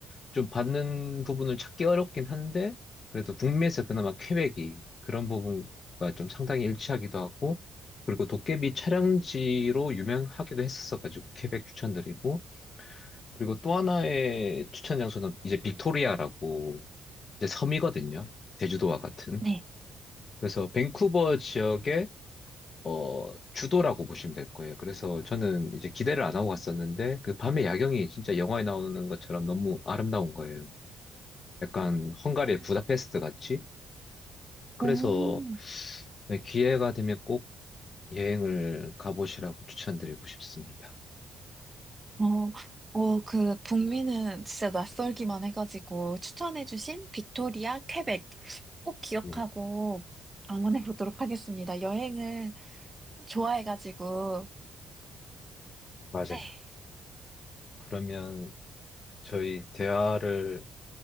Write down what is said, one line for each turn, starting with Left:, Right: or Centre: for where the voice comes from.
Left: 좀 받는 부분을 찾기 어렵긴 한데, 그래도 북미에서 그나마 퀘벡이 그런 부분과 좀 상당히 일치하기도 하고, 그리고 도깨비 촬영지로 유명하기도 했었어가지고, 퀘벡 추천드리고, 그리고 또 하나의 추천 장소는 이제 빅토리아라고 이제 섬이거든요. 제주도와 같은.
Right: 네.
Left: 그래서 밴쿠버 지역에 어, 주도라고 보시면 될 거예요. 그래서 저는 이제 기대를 안 하고 갔었는데 그 밤의 야경이 진짜 영화에 나오는 것처럼 너무 아름다운 거예요. 약간 헝가리의
Right: 오.
Left: 부다페스트 같이. 그래서
Right: 오.
Left: 네, 기회가 되면 꼭 여행을 가보시라고 추천드리고 싶습니다.
Right: 어, 어, 그, 북미는 진짜 낯설기만 해가지고, 추천해주신 빅토리아, 퀘벡 꼭 기억하고
Left: 네,
Right: 방문해 보도록 하겠습니다. 여행을 좋아해가지고,
Left: 맞아요.
Right: 네.
Left: 그러면 저희 대화를